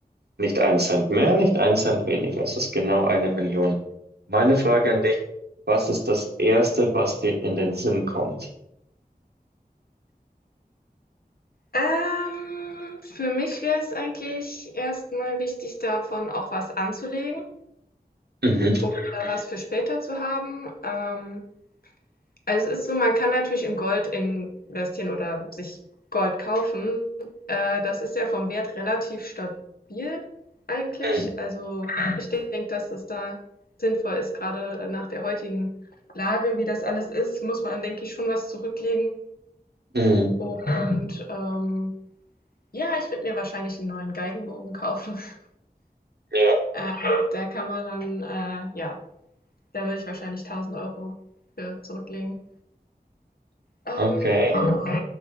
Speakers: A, on the right; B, on the left.
A: Nicht ein Cent mehr, nicht ein Cent weniger, es ist genau eine Million. Meine Frage an dich, was ist das Erste, was dir in den Sinn kommt?
B: Ähm, für mich wäre es eigentlich erst mal wichtig, davon auch was anzulegen
A: Mhm.
B: oder was für später zu haben. Ähm, also es ist so, man kann natürlich in Gold investieren oder sich Gold kaufen. Äh, das ist ja vom Wert relativ stabil eigentlich.
A: Mhm.
B: Also ich denke, dass es da sinnvoll ist, gerade nach der heutigen Lage, wie das alles ist, muss man, denke ich, schon was zurücklegen.
A: Mhm.
B: Und ähm, Ja, ich würde mir wahrscheinlich einen neuen Geigenbogen kaufen. <laughs>
A: Ja,
B: Äh, da kann man dann äh, ja, da würde ich wahrscheinlich 1.000 Euro für zurücklegen. Ähm,
A: okay.
B: genau.